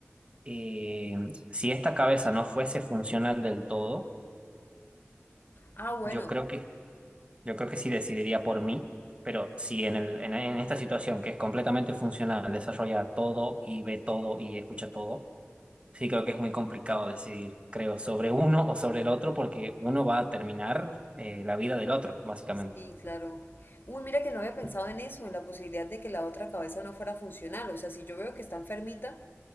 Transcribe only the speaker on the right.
eh, si esta cabeza no fuese funcional del todo,
yo creo que Yo creo que sí decidiría por mí, pero si en el, en, en esta situación que es completamente funcional, desarrolla todo y ve todo y escucha todo, sí creo que es muy complicado decidir, creo, sobre uno o sobre el otro, porque uno va a terminar eh, la vida del otro, básicamente.